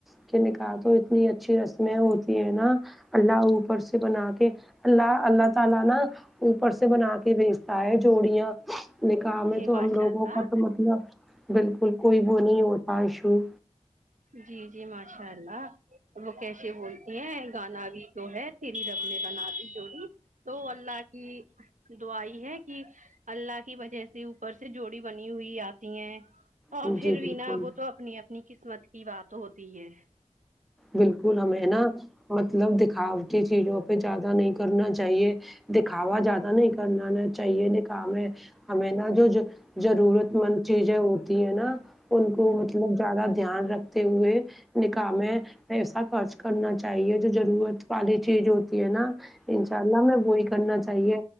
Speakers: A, in the centre; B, on the right.
A: کے نکاح تو اتنی اچھی رسمیں ہوتی ہے نا اللہ اوپر سے بنا کے الله اللہ تعالی نا اوپر سے بنا کے بھیچتا ہے جوڑیاں نکاح میں
B: جی
A: تو
B: ماشاء
A: ہم لوگوں
B: اللہ
A: کا تو مطلب بالکل کوئی وہ نہیں ہوتا ایشو
B: جی جی ماشاء اللہ وہ کیسے بولتی ہیں گانا بھی جو ہے تیری رب نے بنا دی جوڑی تو اللہ کی دعا آئی ہے کہ اللہ کی وجہ سے اوپر سے جوڑی بنی ہوئی آتی ہیں اور
A: جی
B: پھر ونا
A: بالکل
B: وہ تو اپنی اپنی قسمت کی بات ہوتی ہے
A: بالکل ہمیں نا مطلب دکھاوتی چیزوں پہ زیادہ نہیں کرنا چاہیے دکھاوا زیادہ نہیں کرنا نا چاہیے نکاح میں ہمیں نا جو ضر ضرورت مند چیزیں ہوتی ہے نا ان کو مطلب زیادہ دھیان رکھتے ہوئے نکاح میں پیسا خرچ کرنا چاہیے جو ضرورت والی چیز ہوتی ہے نا انشاء اللہ میں وہی کرنا چاہیے